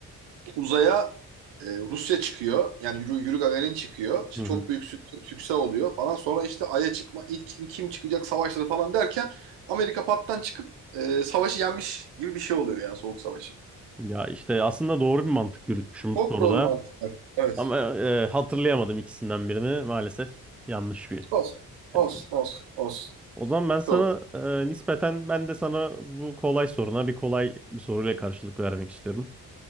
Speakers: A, on the right; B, in the centre.
A: uzaya e, Rusya çıkıyor. Yani Yuri, Yuri Gagarin çıkıyor. İşte
B: Hı
A: çok
B: hı.
A: büyük sük- sükse oluyor falan. Sonra işte Ay'a çıkma, ilk kim çıkacak savaşları falan derken Amerika pattan çıkıp e, savaşı yenmiş gibi bir şey oluyor yani Soğuk Savaşı.
B: Ya işte aslında doğru bir mantık yürütmüşüm
A: Çok
B: soruda.
A: doğru mantıklar. Evet.
B: Ama eee, hatırlayamadım ikisinden birini. Maalesef yanlış bir
A: Olsun.
B: şey.
A: Olsun. Olsun. Olsun.
B: O zaman ben sana
A: Doğru.
B: e, nispeten ben de sana bu kolay soruna bir kolay bir soruyla karşılık vermek istiyorum.